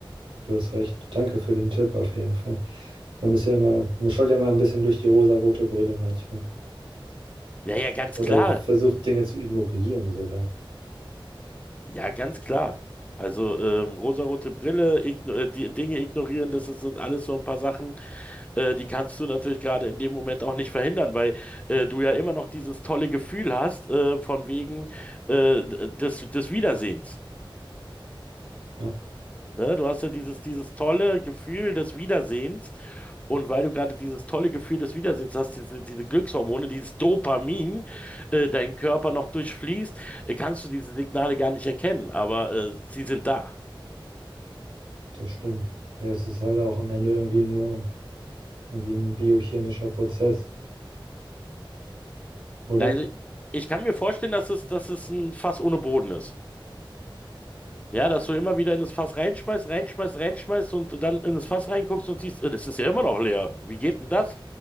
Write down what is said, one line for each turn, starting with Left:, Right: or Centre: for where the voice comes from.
Right: Du hast recht. Danke für den Tipp auf jeden Fall. Man ist ja immer, man schaut ja immer ein bisschen durch die rosarote Brille manchmal.
Left: Ja, ja, ganz
Right: Oder
Left: klar.
Right: versucht Dinge zu ignorieren sogar.
Left: Ja, ganz klar. Also ähm, rosarote Brille, igno äh, die Dinge ignorieren, das, das sind alles so ein paar Sachen, äh, die kannst du natürlich gerade in dem Moment auch nicht verhindern, weil äh, du ja immer noch dieses tolle Gefühl hast äh, von wegen äh, d- des, des Wiedersehens.
Right: Ja,
Left: Ne? Du hast ja dieses, dieses tolle Gefühl des Wiedersehens Und weil du gerade dieses tolle Gefühl des Wiedersehens hast, diese, diese Glückshormone, dieses Dopamin, äh, deinen Körper noch durchfließt, äh, kannst du diese Signale gar nicht erkennen, aber äh, sie sind da.
Right: das stimmt. Ja, es ist halt auch am Ende irgendwie nur irgendwie ein biochemischer Prozess, oder?
Left: Na, Also ich kann mir vorstellen, dass es, dass es ein Fass ohne Boden ist. Ja, dass du immer wieder in das Fass reinschmeißt, reinschmeißt, reinschmeißt und dann in das Fass reinguckst und siehst, äh, das ist ja immer noch leer. Wie geht denn das?